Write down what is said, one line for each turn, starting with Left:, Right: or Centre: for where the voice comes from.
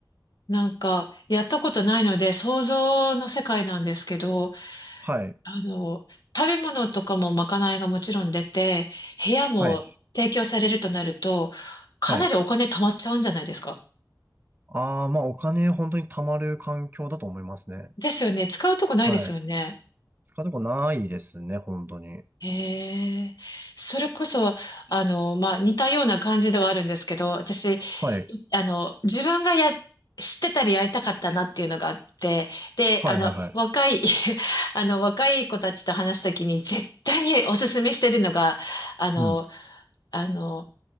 Left: なんか、やったことないので、想像の世界なんですけど、
Right: はい、
Left: あの、食べ物とかもまかないがもちろん出て、部屋も提供されるとなると、
Right: はい、
Left: かなりお金貯まっちゃうんじゃないですか
Right: はい。あー、まあ、お金本当に貯まる環境だと思いますね。
Left: ですよね。使うとこないですよね。
Right: はい。使うとこないですね、本当に。
Left: へえ。それこそ、あの、まあ、似たような感じではあるんですけど、私、
Right: はい、
Left: いあの、自分がや、知ってたりやりたかったなっていうのがあって、で、
Right: はい、
Left: あの、
Right: はい、はい。
Left: 若い、<laughs> あの、若い子たちと話すときに絶対におすすめしてるのが、あの、
Right: うん。
Left: あの、